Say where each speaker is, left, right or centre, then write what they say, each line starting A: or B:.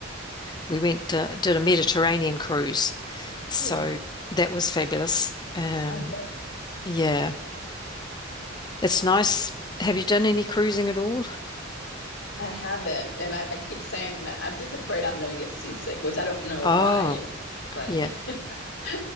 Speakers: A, on the left; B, on the left.
A: we went uh, did a Mediterranean cruise. So
B: Cool.
A: that was fabulous. Um
B: I bet.
A: yeah. It's nice. Have you done any cruising at all?
B: I haven't, and I, I keep saying that I'm just afraid I'm going to get seasick, which I don't know
A: Oh,
B: why, you know,
A: yeah.
B: but <laughs>